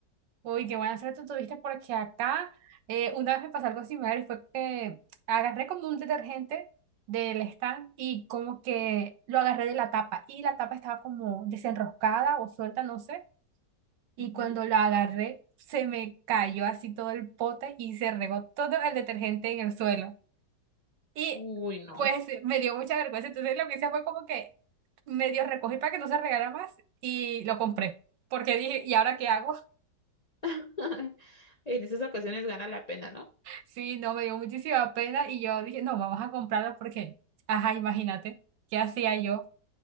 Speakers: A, on the right; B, on the left.
A: Uy, qué buena suerte tuviste porque acá eh, una vez me pasó algo similar y fue que agarré como un detergente del stand y como que lo agarré de la tapa y la tapa estaba como desenroscada o suelta, no sé, y
B: Ujú.
A: cuando la agarré se me cayó así todo el pote y se regó todo el detergente en el suelo. Y
B: Uy, no.
A: pues me dio mucha vergüenza, entonces lo que hice fue como que medio recogí para que no se regara más y lo compré porque dije, ¿y ahora qué hago?
B: <laughs> En esas ocasiones gana la pena, ¿no?
A: Sí, no, me dio muchísima pena y yo dije, no, vamos a comprarlo porque, ajá, imagínate, ¿qué hacía yo?